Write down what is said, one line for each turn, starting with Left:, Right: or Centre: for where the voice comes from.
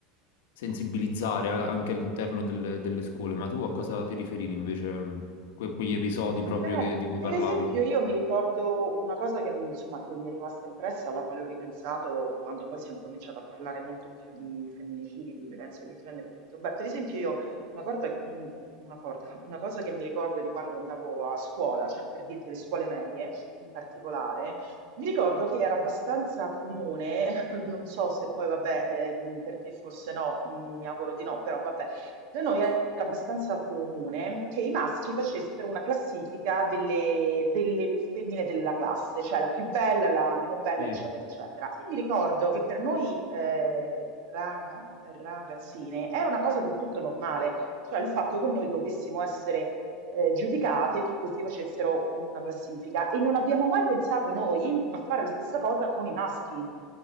Left: sensibilizzare a- anche all'interno delle, delle scuole. Ma tu a cosa ti riferivi invece? mh, que- quegli episodi proprio
Right: Beh,
Left: che- di cui parlavi?
Right: per esempio, io mi ricordo una cosa che, mi- insomma, che mi è rimasta impressa, alla quale ho ripensato quando poi si è incominciato a parlare molto più di femminicidi, di violenza di genere e tutto. Beh, per esempio, io una corda- un- una corda- una cosa che mi ricordo di quando andavo a scuola, cioè per dirti le scuole medie in particolare, mi ricordo che era abbastanza comune, <laughs> non so se poi, vabbè, eh, per te forse no, mm, mi auguro di no, però vabbè da noi era abbastanza comune che i maschi facessero una classifica delle, delle femmine della classe, cioè la più bella, la meno bella,
Left: Sì.
Right: eccetera, eccetera. E mi ricordo che per noi eh, ra- ragazzine era una cosa del tutto normale, cioè il fatto che noi dovessimo essere eh, giudicate e che questi facessero una classifica. E non abbiamo mai pensato noi a fare la stessa cosa con i maschi,